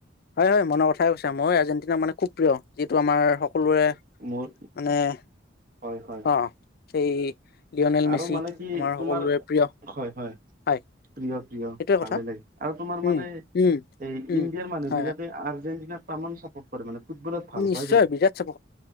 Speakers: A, on the left; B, on the right.
A: হয় হয় মনৰ কথাই কৈছা মই আৰ্জেটিনা মানে খুব প্ৰিয় যিটো আমাৰ- সকলোৰে
B: মোৰ
A: মানে-
B: হয় হয়
A: অ- সেই- লিঅ'নেল মেচি
B: আৰু মানে কি
A: আমাৰ সকলোৰে
B: তোমাৰ
A: প্ৰিয়
B: হয় হয়।
A: হয়।
B: <inaudible> প্ৰিয়
A: সেইটোৱে
B: ভালে
A: কথা
B: লাগে আৰু তোমাৰ
A: উম,
B: মানে
A: উম,
B: এই
A: উম,
B: ইণ্ডিয়াৰ মানুহ
A: হয়,
B: বিলাকে
A: হয়।
B: আৰ্জেন্টিনা। চাপৰ্ট কৰে মানে- ফুটবলত ভাল
A: নিশ্চয়
B: পায় বহুত
A: বিৰাট চাপ